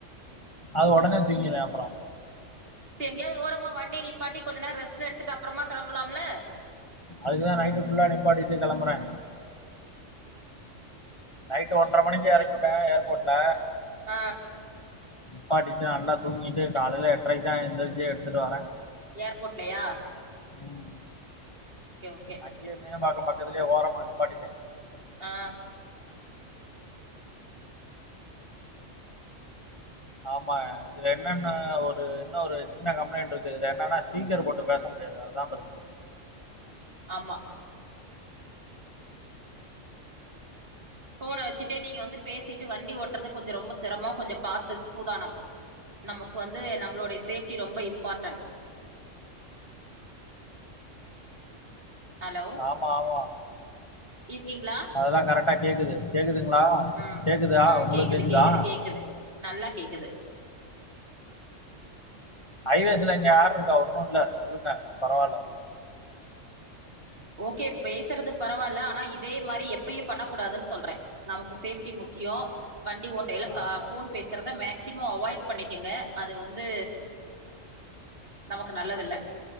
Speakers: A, on the left; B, on the right.
A: அது உடனே தூங்கிறுவ அப்ரோ
B: எங்கேயாவது ஓரமா வண்டி நிப்பாட்டி கொஞ்ச நேரம் ரெஸ்ட் எடுத்துட்டு அப்பறமா கிளம்பலாம்ல
A: அதுக்குதான் நைட்டு ஃபுல்லா நிப்பாட்டிட்டு கிளம்புறேன் நைட்டு ஒன்ற மணிக்கு எறக்கி வுட்ட ஏர்போர்ட்ல
B: ஆ
A: நிப்பாட்டிட்டு நல்லா தூங்கிட்டு காலையில எட்றைக்கு தான் எந்திரிச்சு எடுத்துட்டு வரேன்
B: ஏர்போர்ட்லையா
A: ம்.
B: ஓகே ஓகே
A: அங்கேயே மீனம்பாக்கம் பக்கத்துலயே ஓரமா நிப்பாட்டிட்ட
B: ஆ
A: ஆமா இதுல என்னன்னா ஒரு இன்னொரு சின்ன கம்ப்ளைண்ட் இருக்கு இதுல என்னன்னா ஸ்பீக்கர் போட்டு பேசா முடியாது அதா பிரச்சன
B: ஆமா ஃபோன வச்சுட்டே நீங்க வந்து பேசிட்டு வண்டி ஓட்டுறது கொஞ்சோ ரொம்ப சிரமோ கொஞ்சோ பாத்து சூதானம் நமக்கு வந்து நம்மளோடைய சேஃப்ட்டி ரொம்ப இம்பார்ட்டன்ட் ஹலோ
A: ஆமா ஆமா
B: இருக்கீங்களா
A: அதெல்லாம் கரெக்டா கேக்குது கேக்குதுங்களா
B: ம்
A: கேக்குதா
B: ம்
A: உங்களுக்கு
B: கேக்குது
A: கேக்குதா
B: கேக்குது கேக்குது நல்லா கேக்குது
A: ஹைவேஸ்ல இங்க யாரு இருக்கா ஒன்னும் இல்ல சொல்லுங்க பரவாயில்ல
B: ஓகே பேசுறது பரவாயில்ல ஆனா இதே மாரி எப்பயும் பண்ணக்கூடாதுன்னு சொல்றேன் நமக்கு சேஃப்டி முக் கியோ வண்டி ஓட்டையில கா
A: அதெல்லாம்
B: ஃபோன் பேசுறத மேக்சிமம் அவாய்ட் பண்ணிக்கங்க அது வந்து நமக்கு நல்லது இல்ல